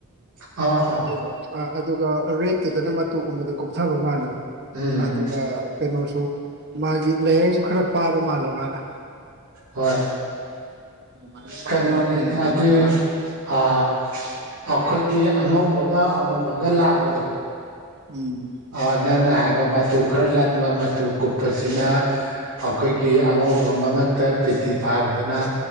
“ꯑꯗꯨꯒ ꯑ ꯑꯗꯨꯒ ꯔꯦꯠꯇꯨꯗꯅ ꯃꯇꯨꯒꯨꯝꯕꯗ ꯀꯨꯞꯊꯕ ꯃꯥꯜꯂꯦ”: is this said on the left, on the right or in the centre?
Right